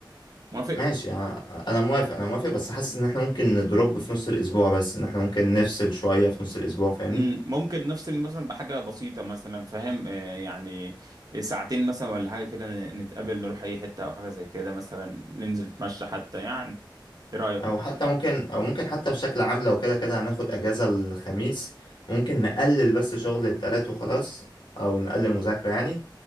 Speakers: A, on the right (about 50°); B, on the left (about 65°).
A: موافق
B: ماشي آه، انا موافق انا موافق بس حاسس ان احنا ممكن ندروب في نص الاسبوع بس ان احنا ممكن نفصل شوية في نص الاسبوع فاهمني
A: مم، ممكن نفصل مثلا بحاجة بسيطة مثلا فاهم آه، يعني ساعتين مثلا ولا حاجة كده ن- نتقابل نروح أي حتة أو حاجة زي كده مثلا ننزل نتمشى حتى يعني إيه رأيك؟
B: او حتى ممكن او ممكن حتى بشكل عام لو كده كده هناخد اجازة الخميس ممكن نقلل بس شغل التلات وخلاص او نقلل مذاكرة يعني